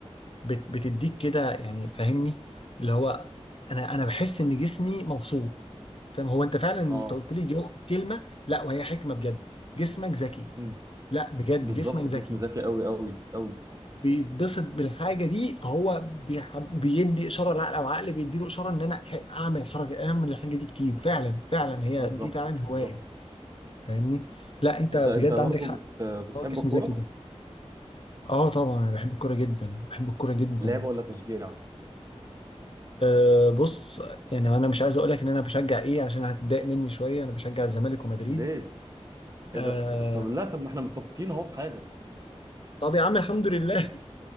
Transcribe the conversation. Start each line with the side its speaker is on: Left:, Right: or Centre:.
Left: بت بتديك كده يعني فاهمني اللي هو انا انا بحس ان جسمي مبسوط فاهم هو انت فعلا انت
Right: اه
Left: قلت لي جو- كلمه لا وهي حكمه بجد جسمك ذكي
Right: امم
Left: لا بجد
Right: بالظبط
Left: جسمك ذكي
Right: الجسم ذكي قوي قوي قوي
Left: بيتبسط بالحاجه دي فهو بيحب بيدي اشاره لعقل او عقل بيديله اشاره ان انا أحب اعمل الحركه اعمل الحاجه دي كتير فعلا فعلا هي
Right: بالظبط
Left: دي فعلا
Right: بالظبط
Left: هوايه فاهمني لا انت
Right: انت
Left: بجد
Right: انت برضه
Left: عندك حق
Right: بت... بتحب
Left: هو الجسم
Right: الكوره
Left: ذكي ده اه طبعا انا بحب الكوره جدا بحب الكوره جدا
Right: لعب ولا تشجيع
Left: أه بص يعني انا مش عايز اقول لك ان انا بشجع ايه عشان هتتضايق مني شويه انا بشجع الزمالك ومدريد
Right: ليه
Left: أه
Right: ايه ده طب لا طب ما احنا متفقين اهو في حاجه
Left: طب يا عم الحمد لله